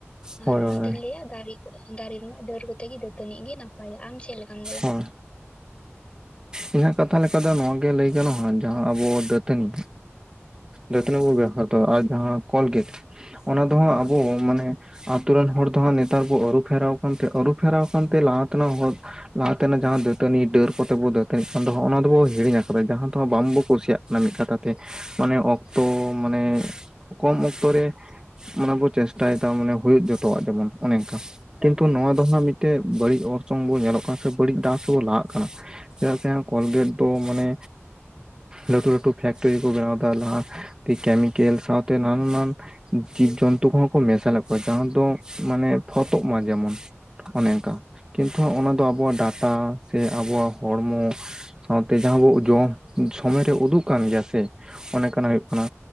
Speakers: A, on the left; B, on the right.
A: ᱟᱨ
B: ᱦᱳᱭ
A: ᱚᱱᱟᱛᱤᱧ ᱞᱟᱹᱭᱟ ᱫᱟᱨᱮ ᱫᱟᱨᱮ ᱨᱮᱱᱟᱜ ᱰᱟᱹᱨ ᱠᱚᱛᱮ ᱜᱮ ᱫᱟᱹᱛᱟᱹᱱᱤ ᱜᱮ ᱱᱟᱯᱟᱭᱟ ᱟᱢ ᱪᱮᱫ ᱞᱮᱠᱟᱢ ᱞᱟᱹᱭᱟ?
B: ᱦᱳᱭ᱾ ᱤᱧᱟᱹᱜ ᱠᱟᱛᱷᱟ ᱞᱮᱠᱟ ᱫᱚ ᱱᱚᱣᱟᱜᱮ ᱞᱟᱹᱭ ᱜᱟᱱᱚᱜᱼᱟ ᱡᱟᱦᱟᱸ ᱟᱵᱚ ᱫᱟᱹᱛᱟᱹᱱᱤ, ᱫᱟᱹᱛᱟᱹᱱᱤ ᱠᱚᱜᱮ ᱟᱫᱚ ᱟᱨ ᱡᱟᱦᱟᱸ ᱠᱚᱞ ᱜᱮᱫ ᱚᱱᱟ ᱫᱚᱦᱟᱸᱜ ᱟᱵᱚ ᱢᱟᱱᱮ ᱟᱛᱳ ᱨᱮᱱ ᱦᱚᱲ ᱫᱚ ᱦᱟᱸᱜ ᱱᱮᱛᱟᱨ ᱵᱚ ᱟᱹᱨᱩ ᱯᱷᱮᱨᱟᱣ ᱟᱠᱟᱱᱛᱮ, ᱟᱹᱨᱩ ᱯᱷᱮᱨᱟᱣ ᱟᱠᱟᱱᱛᱮ ᱞᱟᱦᱟ ᱛᱮᱱᱟᱜ ᱦᱚᱲ ᱞᱟᱦᱟᱛᱮᱱᱟᱜ ᱡᱟᱦᱟᱸ ᱫᱟᱹᱛᱟᱹᱱᱤ ᱰᱟᱹᱨ ᱞᱟᱦᱟ ᱛᱮᱱᱟ ᱞᱟᱦᱟ ᱠᱚᱛᱮ ᱵᱚ ᱫᱟᱹᱛᱟᱹᱱᱤ ᱠᱟᱱ ᱫᱚᱜ ᱚᱱᱟ ᱫᱚᱵᱚ ᱦᱤᱲᱤᱧ ᱟᱠᱟᱫᱟ ᱡᱟᱦᱟᱸ ᱫᱚᱦ ᱵᱟᱝᱵᱚ ᱠᱩᱥᱤᱭᱟᱜ ᱠᱟᱱᱟ ᱢᱟᱱᱮ ᱢᱤᱫ ᱠᱟᱛᱟᱛᱷᱮ ᱢᱟᱱᱮ ᱚᱠᱛᱚ ᱢᱟᱱᱮ ᱚᱠᱛᱚ ᱢᱟᱱᱮ ᱠᱚᱢ ᱚᱠᱛᱚ ᱨᱮ ᱢᱟᱱᱮ ᱵᱚ ᱪᱮᱥᱴᱟᱭᱮᱫᱟ ᱢᱟᱱᱮ ᱦᱩᱭᱩᱜ ᱡᱚᱛᱚᱣᱟᱜ ᱡᱮᱢᱚᱱ ᱚᱱᱮ ᱚᱱᱠᱟ ᱠᱤᱱᱛᱩ ᱱᱚᱣᱟ ᱫᱚ ᱦᱟᱸᱜ ᱢᱤᱫᱴᱮᱡ ᱵᱟᱹᱲᱤᱡ ᱚᱨᱥᱚᱝ ᱵᱚᱱ ᱧᱮᱞᱚᱜ ᱠᱟᱱᱟ ᱥᱮ ᱵᱟᱹᱲᱤᱡ ᱫᱟᱜ ᱥᱮᱵᱚᱱ ᱞᱟᱦᱟᱜ ᱠᱟᱱᱟ ᱪᱮᱫᱟᱜ ᱥᱮ ᱠᱚᱞᱜᱮᱴ ᱫᱚ ᱢᱟᱱᱮ ᱞᱟᱹᱴᱩ ᱞᱟᱹᱴᱩ ᱯᱷᱮᱠᱴᱨᱤ ᱠᱚ ᱵᱮᱱᱟᱣ ᱫᱟ ᱞᱟᱦᱟ, ᱠᱮᱢᱤᱠᱮᱞ ᱥᱟᱶᱛᱮ ᱱᱟᱱᱟ ᱱᱟᱱ ᱡᱤᱵᱽᱡᱚᱱᱛᱩ ᱠᱚᱦᱚᱸ ᱠᱚ ᱢᱮᱥᱟᱞᱮᱫ ᱠᱚᱣᱟ ᱡᱟᱦᱟᱸ ᱫᱚ ᱢᱟᱱᱮ ᱯᱷᱚᱛᱚᱜ ᱢᱟ ᱡᱮᱢᱚᱱ᱾ ᱚᱱᱮ ᱚᱱᱠᱟ ᱠᱤᱱᱛᱩ ᱚᱱᱟ ᱫᱚ ᱟᱵᱚᱣᱟᱜ ᱰᱟᱴᱟ ᱥᱮ ᱟᱵᱚᱣᱟᱜ ᱦᱚᱲᱢᱚ ᱥᱟᱶᱛᱮ ᱡᱟᱦᱟᱸ ᱵᱚ ᱡᱚᱢ ᱥᱚᱢᱚᱭ ᱨᱮ ᱩᱫᱩᱜ ᱠᱟᱱ ᱜᱮᱭᱟ ᱥᱮ ᱚᱱᱮ ᱠᱟᱱᱟ ᱦᱩᱭᱩᱜ ᱠᱟᱱᱟ